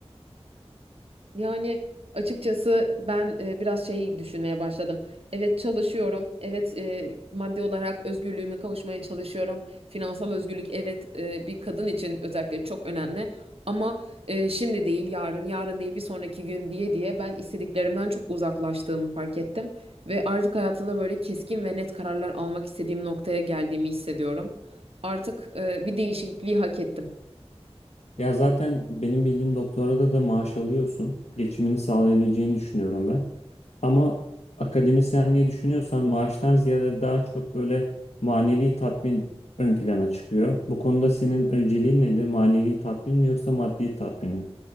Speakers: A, on the right; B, on the left.
A: Yani açıkçası ben e, biraz şey düşünmeye başladım. Evet çalışıyorum. Evet e, maddi olarak özgürlüğüme kavuşmaya çalışıyorum. Finansal özgürlük evet e, bir kadın için özellikle çok önemli. Ama e, şimdi değil yarın, yarın değil bir sonraki gün diye diye ben istediklerimden çok uzaklaştığımı fark ettim. Ve artık hayatımda böyle keskin ve net kararlar almak istediğim noktaya geldiğimi hissediyorum. Artık e, bir değişikliği hak ettim.
B: Ya zaten benim bildiğim doktorada da maaş alıyorsun. Geçimini sağlayabileceğini düşünüyorum ben. Ama akademisyenliği düşünüyorsan maaştan ziyade daha çok böyle manevi tatmin ön plana çıkıyor. Bu konuda senin önceliğin nedir? Manevi tatmin mi yoksa maddi tatmin mi?